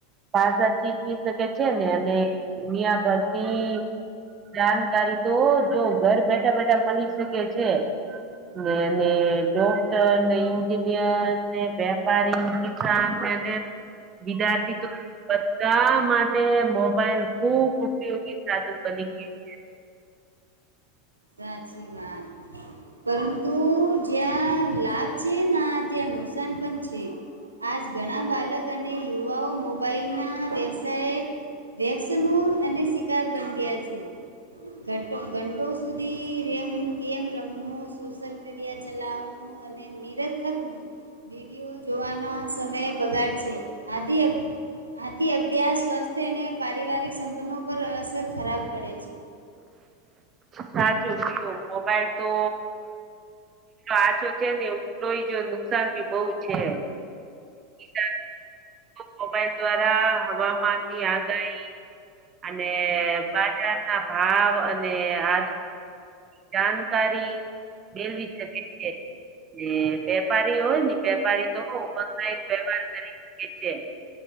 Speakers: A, on the right (about 30°); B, on the right (about 90°).
A: ભાષા શીખી શકે છે ને અને દુનિયાભરની જાણકારી તો જો ઘર બેઠા બેઠા મળી શકે છે ને ને ડોક્ટર ને એન્જિનિયર ને વેપારી ને કિસાન એને વિદ્યાર્થી તો બધા માટે મોબાઈલ ખુબ ઉપયોગી સાધન બની ગયું છે
B: સાચી વાત પરંતુ જ્યાં લાભ છે ના ત્યાં નુકસાન પણ છે આજ ઘણા બાળક અને યુવાઓ મોબાઈલના વ્યવસાય વ્યવસ ન એ શિકાર બની ગયા છે ઘંટો સુધી રેમ ગેમ રમવું સોશયલ મીડિયા ચલાવવાનું અને નિરથક વીડીયો જોવાના સમય બગાડ છે આથી આથી અભ્યાસ સ્વાસ્થ્ય અને પારિવારિક સંબંધો પર અસર ખરાબ પડે છે
A: સાચું કીધું મોબાઈલ તો આ તો છે ને જોઈ જો નુકસાન ભી બહુ છે કિ મોબાઈલ દ્વારા હવામાનની આગાહી અને બાજાર ના ભાવ અને આ જાનકારી દેવી જરૂરી છે એ વેપારી હોય ને વેપારી તો ઓનલાઈન વ્યવહારો કરી કે છે